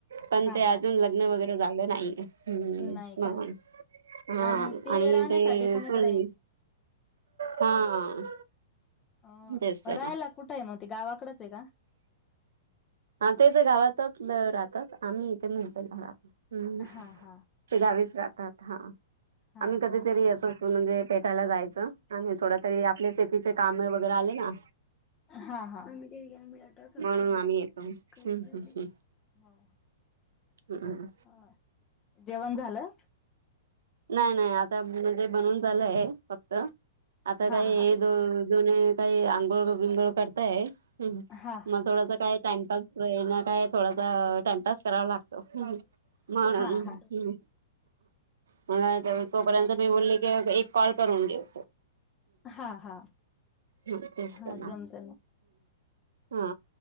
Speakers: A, on the right; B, on the left.
A: पण
B: हा
A: ते अजून
B: हा
A: लग्न लग्न वगैरे झालं नाही, ह्म्म
B: नाही
A: म्हणून,,
B: का
A: हा
B: आणि ते
A: आणि
B: राहण्यासाठी
A: ते
B: कोणीकडे
A: सून
B: आहेत
A: हा
B: अ,
A: तेच तर
B: रहायला
A: ना
B: कुठे आहे मग ते गावाकडेच आहे का?
A: हा ते तर गावातच राहतात आम्ही इथे मुंबईला राहतो हम्म
B: हा हा
A: ते गावीच राहतात, हा
B: हा
A: आम्ही कधीतरी
B: का
A: अस म्हणजे भेटायला जायचं, आणि, थोड तरी आपले शेतीचे काम वगैरे आले हा
B: हा हा आमही तिग मिळाट करर्पडो
A: म्हणून आम्ही येतो. हम्म
B: करबली
A: हम्म हम्म.
B: हा
A: हम्म
B: हा जेवण झालं
A: नाही, नाही, आता म्हणजे बनून झालंय फक्त आता
B: हा
A: काही
B: हा
A: हे दो दोन काही आंघोळ बिंगोळ करताय
B: हा हा हा. हा
A: मग थोडासा काय टाइमपास ना काय थोडासा टाइम पास करावा लागतो म्ह हम्
B: हा
A: म्हणून तोपर्यंत मी बोलली की एक कॉल करुन घेऊ
B: हा हा
A: हम् तेच
B: हा
A: त ना
B: जमत
A: हा